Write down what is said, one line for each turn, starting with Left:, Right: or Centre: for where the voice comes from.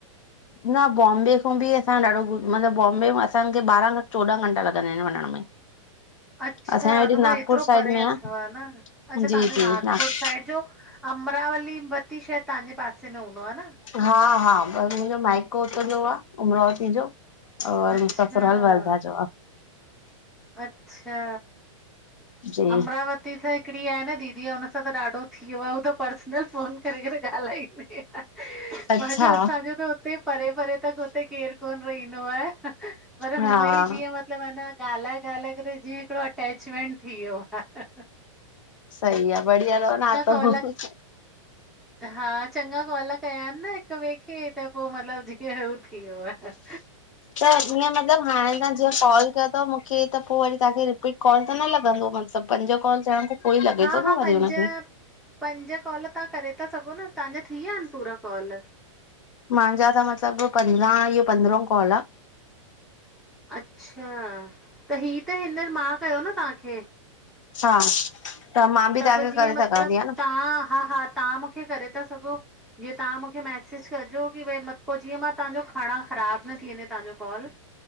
Left: न बॉम्बे खां बि असां ॾाढो मतिलबु बॉम्बे में असांखे ॿाराहं खां चोॾहा घंटा लॻंदा आहिनि वञण में
Centre: अच्छा
Left: असांजे हेॾे
Centre: मां
Left: नागपुर
Centre: एतिरो
Left: साइड
Centre: परे
Left: में
Centre: अथव न
Left: आहे
Centre: अच्छा
Left: जी
Centre: तव्हांजो
Left: जी
Centre: नागपुर
Left: नाग
Centre: साइड जो अमरावती शायद तहांजे पासे में हूंदव आ न
Left: हा हा बस मुंहिंजो माइको हुता जो आ अमरावती जो और
Centre: अच्छा
Left: मुहिजो ससुराल वर्दा जो आ
Centre: अच्छा
Left: जी
Centre: अमरावती सां हिकिड़ी आहे न दीदी आहे हुन सां त ॾाढो थी वियो आ हू त पर्सनल फोन करे करे ॻाल्हाईंदी आ
Left: अच्छा
Centre: मां चयो असांजो त हुते परे परे त हुते केर कोन रहींदो आ पर
Left: हा
Centre: हुअं ई जीअं मतलबु अन गालाए ॻाल्हाए करे जीअं हिकिड़ो अटेचमेंट थी वियो आह
Left: सही आ बढिया तव न अथो
Centre: कॉल हा चङा कॉल कया आहिनि न हिक ॿिए खे त पोइ मतलबु जीअं हू थी वियो आ
Left: त ईअं मतलब हाणे त जीअं कॉल कयो अथव मूंखे त पोइ वरी तव्हांखे रिपीट कॉल त न लॻंदो मतिलबु पंजो कॉल थियण पोइ ई लॻे
Centre: हा
Left: थो
Centre: हा
Left: न वरी
Centre: पंज
Left: हुनखे
Centre: पंज कॉल तव्हां करे था सघो न तव्हांजा थी वया आहिन पूरा कॉल
Left: मुंहिंजा त मतिलबु पंद्रहा इहो पंद्रहो कॉल आ
Centre: अच्छा त हीअ त हियर मां कयो न तहांखे
Left: हा मां बि
Centre: त
Left: तव्हांखे
Centre: पोइ जीअं
Left: करे
Centre: मतिलबु
Left: सघां थी हा न
Centre: तव्हां हा हा तव्हां मूंखे करे था सघो जीअं तव्हां मूंखे मैसेज कजो की भई जीअं मां तव्हांजो खणा ख़राबु न थी वञे तव्हांजो कॉल